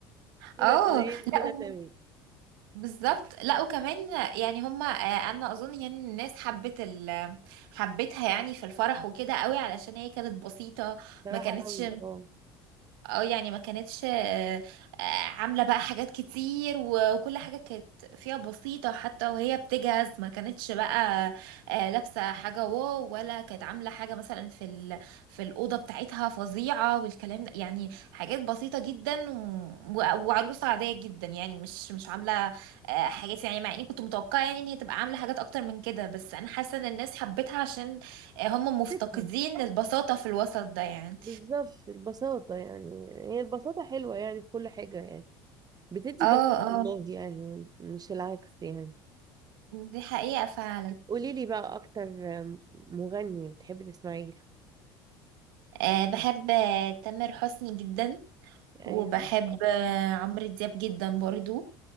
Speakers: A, on the right; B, on the right.
A: كده
B: اه
A: تمام
B: لا
A: كده تمام
B: بالظبط لا وكمان يعني هما آه، انا اظن يعني الناس حبت ال حبتها يعني في الفرح وكده قوي علشان هي كانت بسيطة
A: صراحه
B: ما كانتش
A: قوي اه
B: اه يعني ما كانتش آه، آه، عاملة بقى حاجات كتير وكل حاجة كانت فيها بسيطة حتى وهي بتجهز ما كانتش بقى آه، لابسة حاجة واو ولا كانت عاملة حاجة مثلا في ال... في الأوضة بتاعتها فظيعة والكلام ده يعني حاجات بسيطة جدا و... و- وعروسة عادية جدا يعني مش مش عاملة آه، حاجات يعني مع اني كنت متوقعة يعني ان هي تبقى عاملة حاجات اكتر من كده بس انا حاسة ان الناس حبتها عشان آه، هم مفتقدين
A: فكرة
B: البساطة في الوسط ده يعني
A: بالظبط البساطة يعني هي البساطة حلوة يعني في كل حاجة يعني بتدي
B: اه
A: جمال والله
B: اه
A: يعني مش العكس يعني
B: دي حقيقة فعلا
A: قولي لي بقى أكتر مغني بتحبي تسمعي له
B: أه بحب آه، تامر حسني جدا
A: أيوه
B: وبحب آه، عمرو دياب جدا برضو